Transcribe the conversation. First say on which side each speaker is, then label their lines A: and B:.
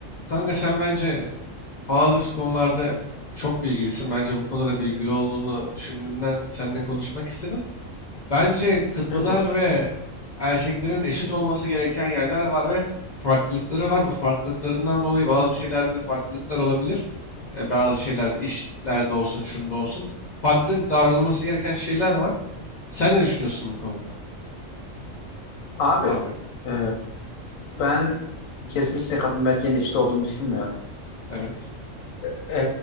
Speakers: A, on the left; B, on the left.
A: Kanka sen bence bazı konularda çok bilgilisin. Bence bu konuda da bilgili olduğunu düşündüğümden seninle konuşmak istedim. Bence kadınlar
B: Evet.
A: ve erkeklerin eşit olması gereken yerler var ve farklılıkları var. Bu farklılıklarından dolayı bazı şeylerde de farklılıklar olabilir. E, bazı şeylerde, işlerde olsun, şunda olsun. Farklı davranılması gereken şeyler var. Sen ne düşünüyorsun bu konuda?
B: Abi
A: Abi,
B: e, ben kesinlikle kadın ve erkeğin eşit olduğunu düşünmüyorum.
A: evet.
B: E, e,